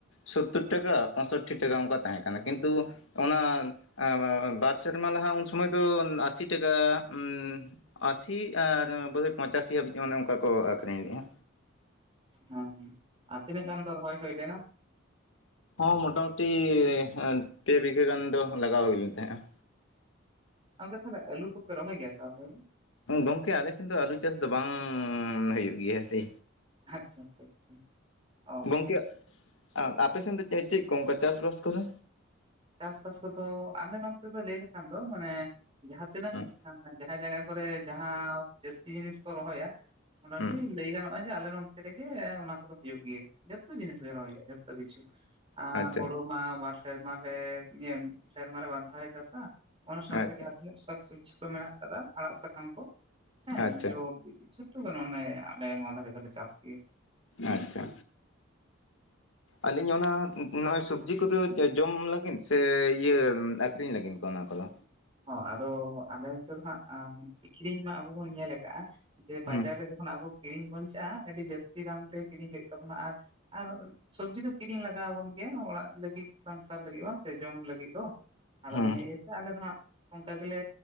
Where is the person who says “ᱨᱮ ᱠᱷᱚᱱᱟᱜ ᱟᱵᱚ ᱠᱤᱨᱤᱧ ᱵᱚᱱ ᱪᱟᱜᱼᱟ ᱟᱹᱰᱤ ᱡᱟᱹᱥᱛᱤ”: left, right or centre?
Right